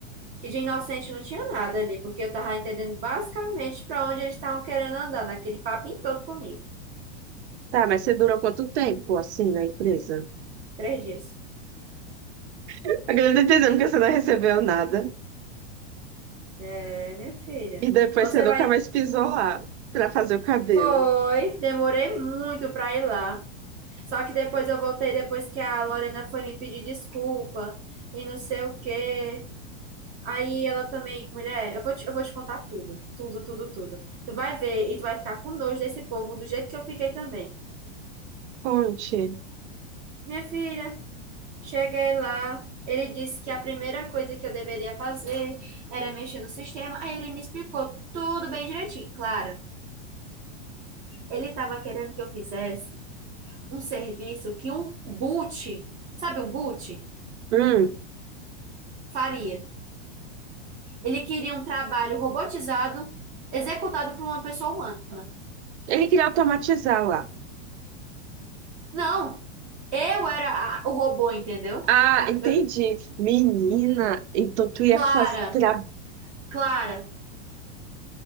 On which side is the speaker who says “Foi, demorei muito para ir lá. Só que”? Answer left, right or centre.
Right